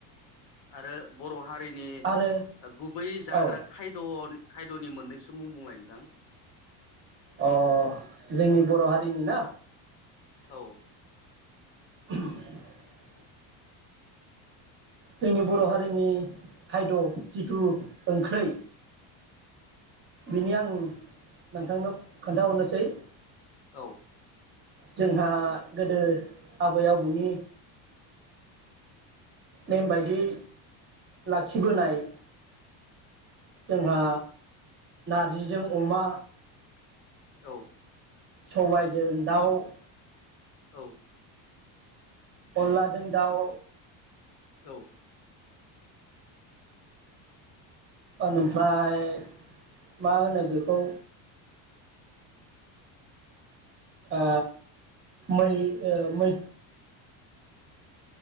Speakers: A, on the left; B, on the right.
A: आरो बर' हारि नि
B: आरो
A: गुबै जाग्रा
B: औ
A: खायद' खायद द'नि मोननैसो मुं बुंलाय नोंथां।
B: अ जोंनि बर' हारि नि ना?
A: औ।
B: <unintelligible> जोंनि बर' हारिनि खायद' जिथु ओंख्रै बेनि आं नोंथांनो खोन्थाहरनोसै।
A: औ।
B: जोंहा गोदो आबै आबौनि नेम बायदियै लाखिबोनाय। जोंहा नारजिजों अमा
A: औ।
B: सबायजों दाउ।
A: औ।
B: अनलाजों दाउ।
A: औ
B: ओमफ्राय मा होनो बेखौ ओ मै मै